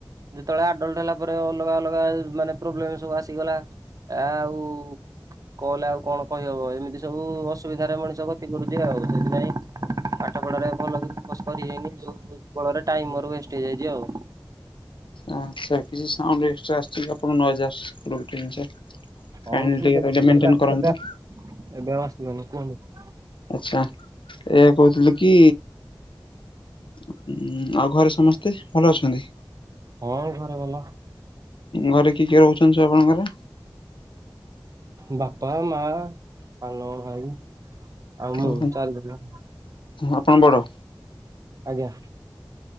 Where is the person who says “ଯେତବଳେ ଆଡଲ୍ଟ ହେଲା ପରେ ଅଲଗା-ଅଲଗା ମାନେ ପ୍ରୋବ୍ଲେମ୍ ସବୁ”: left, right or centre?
Right